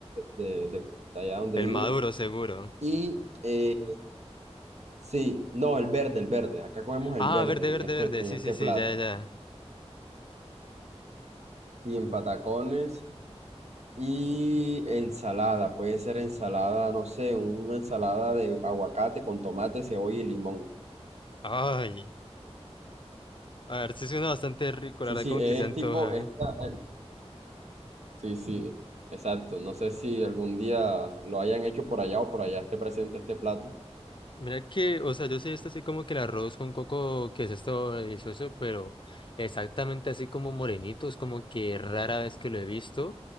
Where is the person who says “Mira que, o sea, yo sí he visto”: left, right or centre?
Left